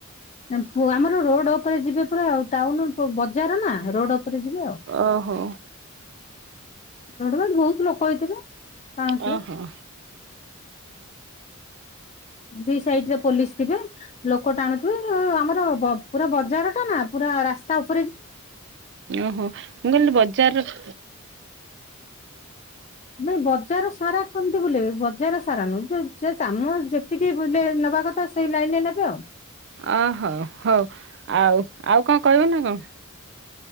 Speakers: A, on the left (about 30°); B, on the right (about 55°).
A: ନା ପ ଆମର ରୋଡ ଉପରେ ଯିବେ ପୁରା ଆଉ ଟାଉନ ପ ବଜାର ନା। ରୋଡ ଉପରେ ଯିବ।
B: ଓହୋ।
A: ରୋଡରେ ବା ବହୁତ ଲୋକ ହେଇଥିବେ। ଟାଣୁଥିବେ
B: ଓହୋ।
A: ଦି ସାଇଡ ରେ ପୋଲିସ ଥିବେ, ଲୋକ ଟାଣୁଥିବେ ଅ-ଅ ଆମର ପ ପୁରା ବଜାର ଟା ନା ପୁରା ରାସ୍ତା ଉପ
B: ଓହୋ ମୁଁ କହିଲି ବଜାର <inaudible>
A: ନାଇଁ ବଜାର ସାରା କେମିତି ବୁଲେଇବେ ବଜାର ସାରା ନୁହଁ ଯୋଉ ସେ ଚାମ ଯେତିକି ବୁଲେ ନବା କଥା ସେଇ ଲାଇନିରେ ନେବେ ଆଉ।
B: ଆ ହ ହୋଉ ଆଉ ଆଉ କଣ କହିବ ନା କଣ?